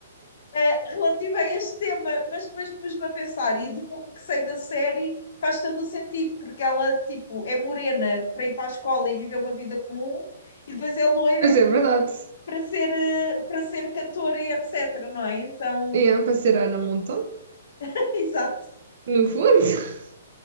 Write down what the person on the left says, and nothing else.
eh, relativa a este tema, mas depois pus-me a pensar, e do pouco que sei da série, faz todo o sentido, porque ela, tipo, é morena para ir para a escola e viver uma vida comum, e depois é loira
para ser, eh, para ser cantora e etc, não é? Então,
<laughs> exato.